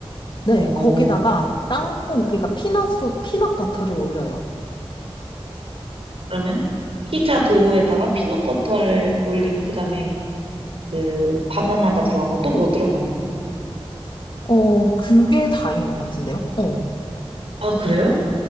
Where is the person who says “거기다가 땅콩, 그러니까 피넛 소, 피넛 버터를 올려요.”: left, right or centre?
Left